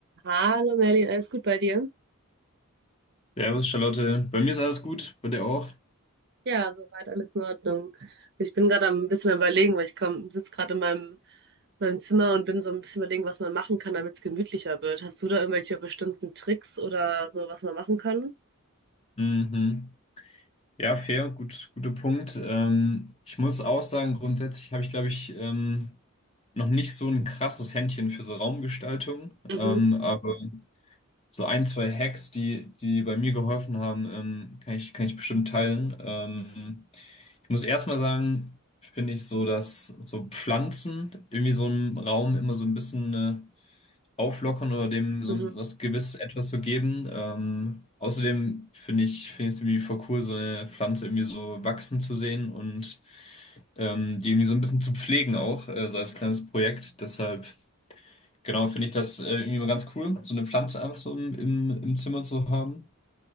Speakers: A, on the right (about 50°); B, on the left (about 30°).
A: Hallo Merlin, alles gut bei dir?
B: Servus, Charlotte. Bei mir ist alles gut, bei dir auch.
A: Ja, soweit alles in Ordnung. Ich bin gerade am ein bisschen am Überlegen, weil ich komm, sitze gerade in meinem, meinem Zimmer und bin so ein bisschen überlegen, was man machen kann, damit es gemütlicher wird. Hast du da irgendwelche bestimmten Tricks oder so, was man machen kann?
B: Mhm. Ja, fair, gut, guter Punkt. Ähm, ich muss auch sagen, grundsätzlich habe ich, glaube ich, ähm, noch nicht so ein krasses Händchen für so Raumgestaltung.
A: Mhm,
B: Ähm, aber so ein, zwei Hacks, die, die bei mir geholfen haben, ähm, kann ich, kann ich bestimmt teilen. Ähm, ich muss erstmal sagen, finde ich so, dass so Pflanzen irgendwie so einen Raum immer so ein bisschen. eine auflockern oder dem so
A: mhm,
B: ein- was gewiss etwas zu geben. Ähm, außerdem finde ich, finde ich es irgendwie voll cool, so eine Pflanze irgendwie so wachsen zu sehen und ähm, die irgendwie so ein bisschen zu pflegen auch, äh, so als kleines Projekt. Deshalb, genau, finde ich das äh, irgendwie mal ganz cool, so eine Pflanze einfach so im, im, im Zimmer zu haben.